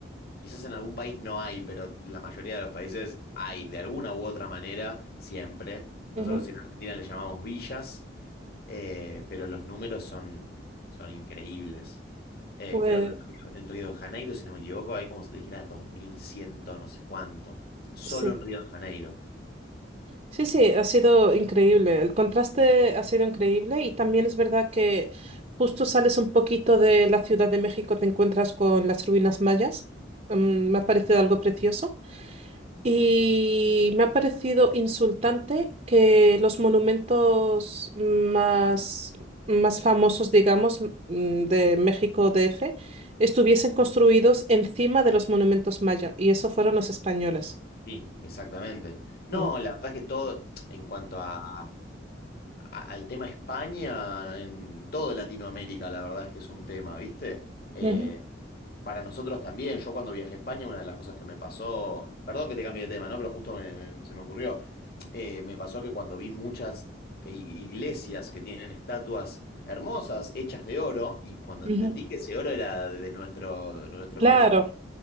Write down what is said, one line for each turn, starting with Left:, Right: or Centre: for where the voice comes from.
Left: Quizás en algún país no hay, pero la mayoría de los países hay, de alguna u otra manera, siempre. Nosotros
Right: Ujú.
Left: en Argentina le llamamos villas, eh, pero los números son, son increíbles. Eh,
Right: Pues
Left: creo que en Río, en Río de Janeiro, si no me equivoco, hay como se te dijera 2100 no sé cuánto. Solo
Right: sí,
Left: en Río de Janeiro.
Right: sí, sí, ha sido increíble. El contraste ha sido increíble y también es verdad que justo sales un poquito de la Ciudad de México, te encuentras con las ruinas mayas. Mm, me ha parecido algo precioso. Y me ha parecido insultante que los monumentos más, más famosos, digamos, mm, de México DF, estuviesen construidos encima de los monumentos maya, y eso fueron los españoles.
Left: Sí, exactamente. No,
Right: Mm.
Left: la verdad es que todo, en cuanto a, a- al tema España, en todo Latinoamérica, la verdad es que es un tema, ¿viste? Eh,
Right: Ujú,
Left: para nosotros también. Yo cuando viajé a España, una de las cosas que me pasó, perdón que te cambie de tema, ¿no? Pero justo me- me- se me ocurrió, Eh, me pasó que cuando vi muchas i- iglesias que tienen estatuas hermosas, hechas de oro, y cuando
Right: ujú.
Left: entendí que ese oro era de nuestro, nuestro
Right: Claro,